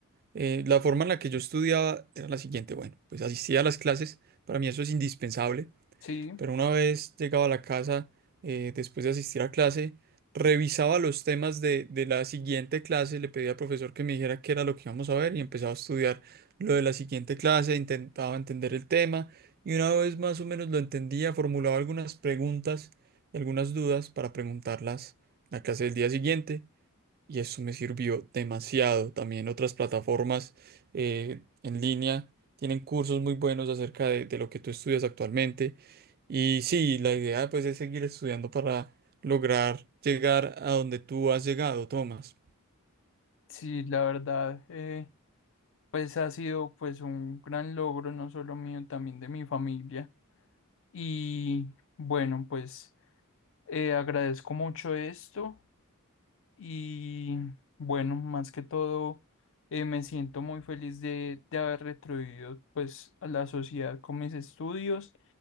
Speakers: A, on the right; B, on the left.
A: Eh, la forma en la que yo estudiaba era la siguiente, bueno, pues asistía a las clases, para mí eso es indispensable
B: Sí,
A: pero una vez llegaba a la casa, eh, después de asistir a clase, revisaba los temas de, de la siguiente clase, le pedía al profesor que me dijera qué era lo que íbamos a ver y empezaba a estudiar lo de la siguiente clase, intentaba entender el tema y una vez más o menos lo entendía, formulaba algunas preguntas, algunas dudas para preguntarlas en la clase del día siguiente y eso me sirvió demasiado. También otras plataformas eh, en línea tienen cursos muy buenos acerca de, de lo que tú estudias actualmente. Y sí, la idea pues es seguir estudiando para lograr llegar a donde tú has llegado, Tomás.
B: sí, la verdad, eh, pues ha sido pues un gran logro, no solo mío, también de mi familia. Y bueno, pues eh, agradezco mucho esto. Y bueno, más que todo, eh, me siento muy feliz de, de haber retribuido pues a la sociedad con mis estudios